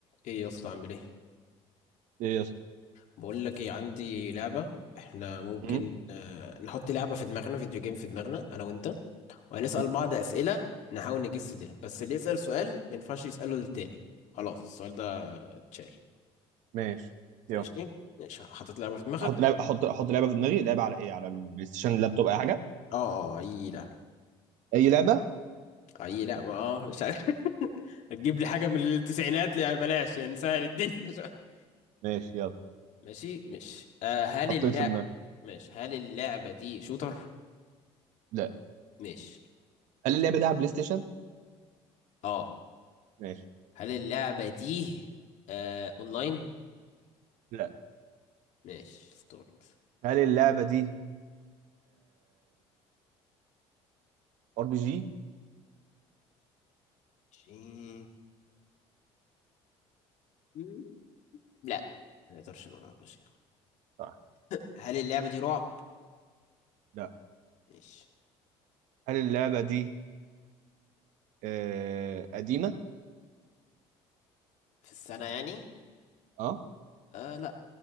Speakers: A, on the left (about 65°); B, on the right (about 75°).
A: ايه يا اسطى عامل ايه
B: ايه يا اسطى
A: بقول لك ايه عندي لعبه احنا ممكن
B: مم؟
A: آه، نحط لعبه في دماغنا فيديو جيم في دماغنا انا وانت وهنسال
B: مم.
A: بعض اسئله نحاول نجس ده بس اللي يسال سؤال ما ينفعش يساله للتاني خلاص السؤال ده اتشال
B: ماشي يلا
A: ماشي ماشي حاطط لعبه في دماغك
B: احط لعبه احط احط لعبه في دماغي لعبه على ايه على البلاي ستيشن اللابتوب اي حاجه
A: اه اه آه، اي لعبه
B: اي لعبه
A: اي لعبه اه مش عارف <laughs> هتجيب لي حاجه من التسعينات لا بلاش نسهل الدنيا <laughs> شوية.
B: ماشي يلا
A: ماشي مش آه هل
B: حطيت
A: اللعب
B: في دماغي
A: ماشي هل اللعبه دي شوتر
B: لا
A: ماشي
B: هل اللعبه دي على البلاي ستيشن
A: اه
B: ماشي
A: هل اللعبة دي آه اونلاين
B: لا
A: ماشي ستوري مثلا.
B: هل اللعبه دي ار بي جي
A: ماشي مم، لا ما نقدرش نقول على شيء
B: صح
A: هل اللعبة دي رعب
B: لا
A: ماشي
B: هل اللعبه دي آه، قديمه
A: في السنة يعني
B: اه
A: آه لا